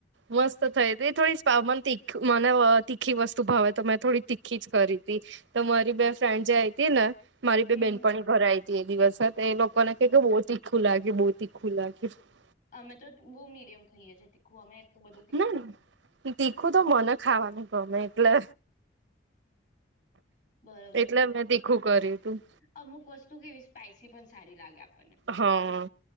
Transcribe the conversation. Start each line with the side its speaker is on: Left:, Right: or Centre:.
Right: મસ્ત થઈ તી થોડી સામ તીખ મને વ તીખી વસ્તુ ભાવે, તો મેં થોડી તીખી જ કરી તી. તો મારી બે ફ્રેન્ડ જે આઈ તી ને મારી
Left: હમ
Right: બે બેનપણી ઘર આઈ તે દિવસ જ ને એ લોકો ને
Left: બરોબર
Right: કેટલું બઉ તીખુ લાગ એ બહુ તીખું લાગ. <unintelligible>
Left: અમે તો બહુ મીડિયમ ખાઈએ છીએ તીખું અમે એટલું બધું તીખું
Right: ના
Left: ની
Right: તીખું તો મને ખાવાનું
Left: <unintelligible>
Right: ગમે એટલે
Left: બરોબર
Right: એટલે
Left: છે. <unintelligible>
Right: મેં તીખું કર્યું તું
Left: અમુક વસ્તુ કેવી સ્પાઈસી પણ સારી લાગે આપ
Right: હા